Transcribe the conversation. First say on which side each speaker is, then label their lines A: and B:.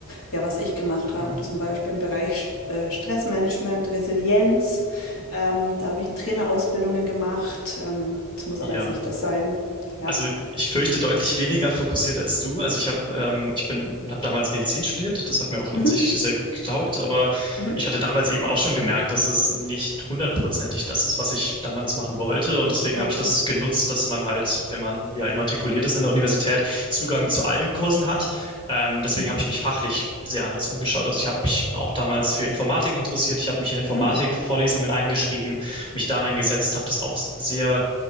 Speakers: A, on the left (about 75°); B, on the left (about 20°).
A: ja, was ich gemacht habe,
B: Mhm.
A: zum Beispiel im Bereich äh, Stressmanagement, Resilienz. Ähm, da habe ich Trainerausbildungen gemacht. Ähm, das muss
B: Ja.
A: aber jetzt nicht das sein. Ja.
B: Also ich fürchte deutlich weniger fokussiert als du. Also ich habe ähm, ich bin habe damals Medizin studiert. Das hat mir auch an
A: Mhm.
B: sich sehr gut getaugt. Aber
A: Mhm.
B: ich hatte damals eben auch schon gemerkt, dass es nicht hundertprozentig das ist, was ich damals machen wollte. Und deswegen
A: Ah,
B: habe
A: Okay.
B: ich das genutzt, dass man halt, wenn man ja immatrikuliert ist an der Universität, Zugang zu allen Kursen hat. Ähm, deswegen
A: Mhm.
B: habe ich mich fachlich sehr anders umgeschaut. Also ich habe mich auch damals für Informatik interessiert. Ich habe mich in Informatikvorlesungen
A: Mhm.
B: eingeschrieben, mich da reingesetzt, habe das auch sehr